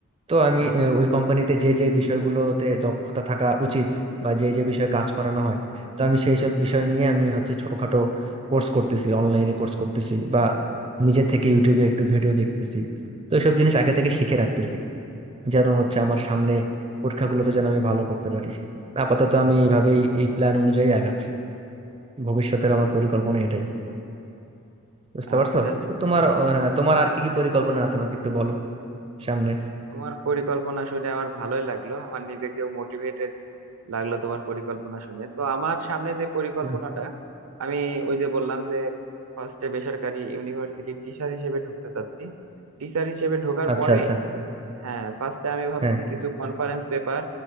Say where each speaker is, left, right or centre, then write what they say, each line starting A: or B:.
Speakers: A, on the right; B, on the right.
A: তো আমি
B: আচ্ছা
A: আহ, ওই কোম্পানিতে যে যে বিষয়গুলোতে দক্ষতা থাকা উচিত বা যে যে বিষয়ে কাজ করানো হয় তো আমি সেই সব বিষয় নিয়ে আমি হচ্ছে ছোটখাটো কোর্স করতেছি অনলাইনে কোর্স করতেছি বা নিজে থেকে ইউটিউবে একটু ভিডিও দেখতেছি তো সব জিনিস আগে থেকে শিখে রাখতেছি যেন হচ্ছে
B: বুঝতে
A: আমার সামনে
B: পারছি
A: পরীক্ষাগুলোতে যেন আমি ভালো করতে পারি আপাতত আমি এইভাবেই এই প্ল্যান অনুযায়ী আগাচ্ছি ভবিষ্যতের আমার পরিকল্পনা এটাই বুঝতে
B: আচ্ছা
A: পারছো
B: শুনে
A: তো তোমার আহ,
B: জি
A: তোমার আর কি কি পরিকল্পনা আছে আমাকে একটু বলো সামনে
B: তোমার পরিকল্পনা শুনে আমার ভালোই লাগলো আমার নিজেকেও মোটিভেটেড লাগলো তোমার পরিকল্পনা শুনে তো আমার সামনে যে পরিকল্পনাটা
A: হুম।
B: আমি ওই যে বললাম যে ফার্স্টে বেসরকারি ইউনিভার্সিটির টিচার হিসেবে ঢুকতে চাচ্ছি টিচার হিসেবে ঢোকার
A: আচ্ছা
B: পরে
A: আচ্ছা
B: হ্যাঁ ফার্স্টে আমি ভাবছি
A: হ্যাঁ
B: কিছু কনফারেন্স পেপার